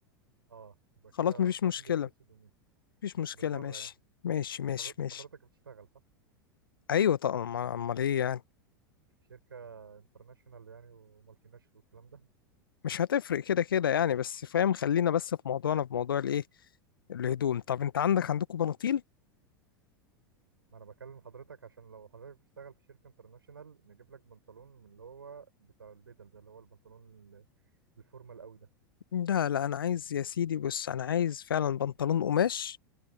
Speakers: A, on the right (about 75°); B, on the left (about 70°).
A: اه يبقى كده
B: خلاص مفيش
A: كحلي
B: مشكله
A: واسود ومنت
B: مفيش مشكله
A: بالمرة
B: ماشي
A: يعني
B: ماشي ماشي
A: وحضر-
B: ماشي
A: حضرتك بتشتغل صح
B: ايوه طب أما- امال ايه يعني
A: في شركة انترناشونال يعني ومالتي ناشونال والكلام ده
B: مش هتفرق كده كده يعني بس فاهم خلينا بس في موضوعنا في موضوع الايه الهدوم طب انت عندك عندكم بناطيل
A: ما انا بكلم حضرتك عشان لو حضرتك بتشتغل في شركة انترناشونال نجيب لك بنطلون من اللي هو بتاع البدل ده اللي هو البنطلون ال- الفورمال قوي ده
B: لا لا انا عايز يا سيدي بص انا عايز فعلا بنطلون قماش